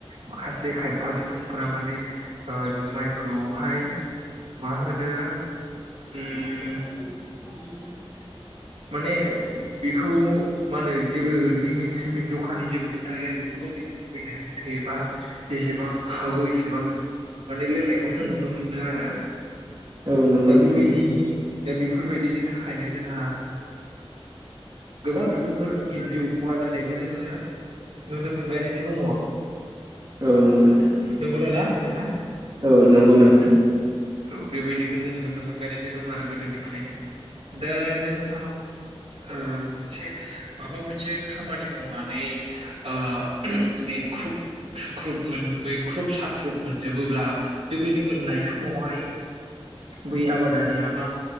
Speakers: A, on the right; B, on the right.
A: माखासे खायफा सुबुं फोर माने जुमायखौहाय, मा होनो? उम
B: <inaudible> जया <inaudible>
A: माने बेखौ मा होनो? जेबो लिमिट सिमिट जखानि जेबो खोथा गैया बेखौ गावनि लुबैनाय मथे एबा जेसेबां हागौ एसेबां माने लोंनायखौ जों नुनो मोनो आरो
B: औ नंगौ
A: दा
B: नोंथां
A: बेबायदिनि दा बेफोरबायदिनि थाखायनो जोंहा‌। गोबां सुबुंफोरनि जिउ खहा जानायखौ जोंङो नुनो मोनगासिनो दंङ।
B: औ नंगौ नोंथां
A: नोंगौ दा ना नोंथां
B: औ नंगौ नोंथां।
A: औ बेबायदिखौ जोङो नुनो मोनगासिनो दङ आरो गोदोनिफ्रायनो। दा जों खा ओ मोनसे माबा मोनसे खामानि मावनानै ओ ओहोम मेंख्रुब सुख्रुब मोन मेंख्रुब साख्रुब मोनजोबोब्ला बेबायदि मोननाय समावहाय बै आबादारिआ बा